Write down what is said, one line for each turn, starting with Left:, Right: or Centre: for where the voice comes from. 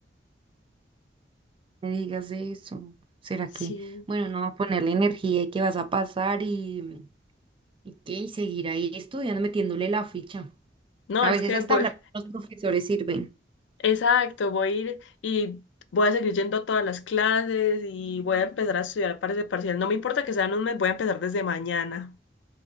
Right: Me digas eso. ¿Será
Left: Sí.
Right: que, bueno, no, ponerle energía y que vas a pasar y Y que y seguir ahí estudiando, metiéndole la ficha.
Left: No,
Right: A
Left: es
Right: veces
Left: que
Right: hasta
Left: voy,
Right: hablar con los profesores sirven.
Left: exacto, voy a ir y voy a seguir yendo a todas las clases y voy a empezar a estudiar para ese parcial. No me importa que sean un mes, voy a empezar desde mañana.